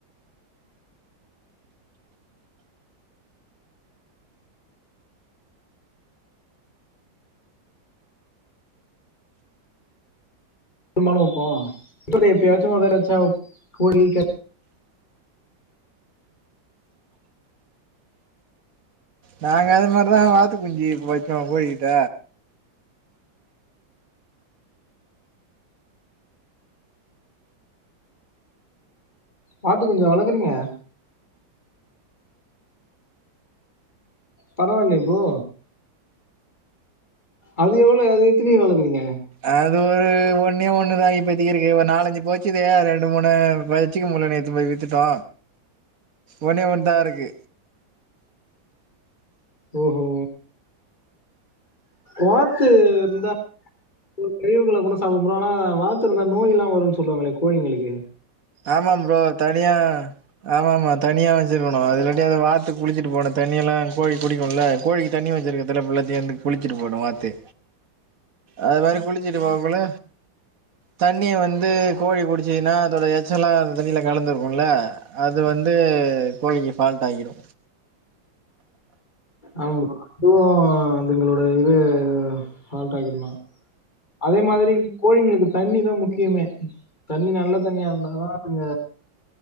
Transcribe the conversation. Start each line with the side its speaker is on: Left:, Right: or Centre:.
Left: உண்ணாலு வெப்போ <unintelligible> எப்பியாச்சு ஒருதட வச்சா உப் கோழிக
Right: நாங்க அத மார்தா வாத்து குஞ்சி வெச்சோ கோழிகிட்ட
Left: வாத்து குஞ்சா வளகுறீங்க பரவால்லியே ப்ரோ அது எவ்ளோ அது எத்தினி வளகுறீங்க
Right: அது ஒரு ஒன்னே ஒன்னுதா இப்பதிக்கி இருக்கு ஒரு நாலஞ்சு போச்சுதே அது ரெண்டு மூனு பல் சீக்க முல்ல நேத்து போய் வித்துட்டோ ஒனே ஒன்தா இருக்கு
Left: ஓஹோ வாத்து இருந்தா ஒரு கழிவுகள கூட சாப்பு ப்ரோ ஆனா வாத்து இருந்தா நோய் இல்லா வருன் சொல்லுவாங்களே கோழிங்கிளுக்கு
Right: ஆமாம் ப்ரோ தனியா ஆமா ஆமா தனியா வெச்சிக்கிணு அது இல்லாட்டி அது வாத்து குளிச்சுட்டு போனத் தண்ணி எல்லா கோழி குடிக்கு இல்ல கோழிக்கித் தண்ணி வெச்சிருக்கத்தல புல்லத்தி வந்து குளிச்சிட்டு போய்டு வாத்து அது மாரி குளிச்சுட்டு போகுள்ள தண்ணிய வந்து கோழி குடிச்சின்னா அதோட எச் ச்சலா அந்த தண்ணில கலந்துருக்குல்ல அது வந்து கோழிக்கு ஃபால்ட்டாகிடு
Left: ஆம் ப்ரோ அதுவு அதுங்களோட இது ஃபால்ட்டாகிருந்தா அதே மாதிரி கோழிங்ளுக்கு தண்ணிதாம் முக்கியமே தண்ணி நல்லத் தண்ணியா இருந்தாதா அதுங்க